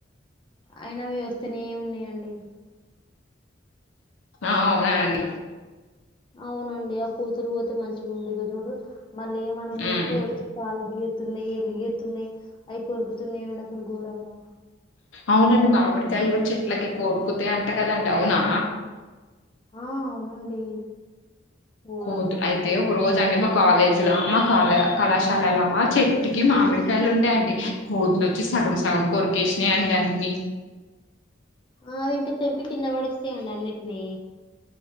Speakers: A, on the left; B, on the left.
A: అయినా వ్యవస్నే ఏ ఉన్నాయం ఉ
B: అవునా అండి
A: అవునండి ఆ కోతులు పోతే మంచిగా వుండు ఇక చూడు మళ్ళీ మన ముందుకే
B: ఉమ్.
A: వచ్చి పాలు గె తున్నాయి ఎలుగెతున్నాయి అవి కొరుకుతున్నాయండి అసలు ఘోరంగా.
B: అవునండి మామిడికాయలు కూడా చెట్లకి కోరుకుతే అంట కదండి అవునా.
A: ఆ అవునండి ఘోరంగా
B: కోతులు
A: అమ్మో
B: అయితే
A: కోతులు
B: ఒక రోజు అండి మ కాలేజీలా మా కాల కళాశాలలా ఆ చెట్టుకి మామిడికాయలు ఉండేయండి కోతులు వచ్చి సగం సగం కోరికేసినాయండి అన్ని
A: ఆవి ఇంక తెంపి కింద పడుస్తాయండి అన్నిటినీ